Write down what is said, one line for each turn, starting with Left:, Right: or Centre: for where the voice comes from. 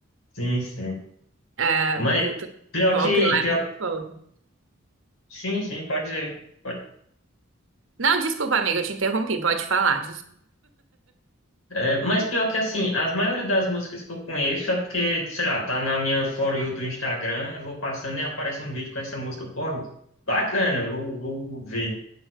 Left: sim, sim.
Right: A
Left: Mas
Right: cultura
Left: pior
Right: pop
Left: que
Right: lá
Left: pior,
Right: é muito forte.
Left: sim, sim, pode dizer. Pode.
Right: Não, desculpa, amiga, eu te interrompi, pode falar,
Left: É, mas pior que assim, as maioria das músicas que eu conheço é porque, sei lá, tá na minha For You do Instagram, eu vou passando e aparece um vídeo com essa música, pô, bacana, eu vou, vou ver.